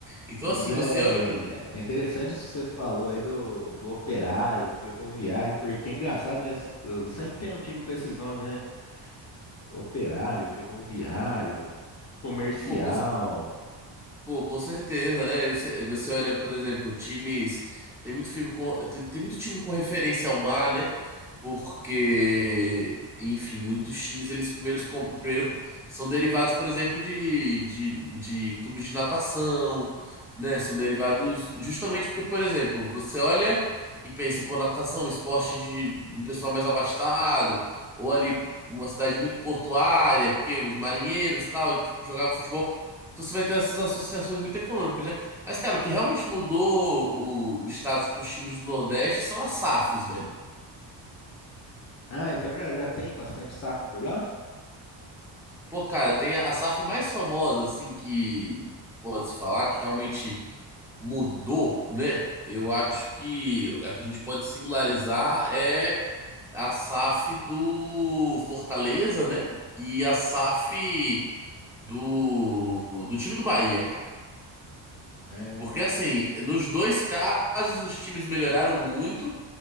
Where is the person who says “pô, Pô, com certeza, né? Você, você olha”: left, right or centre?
Centre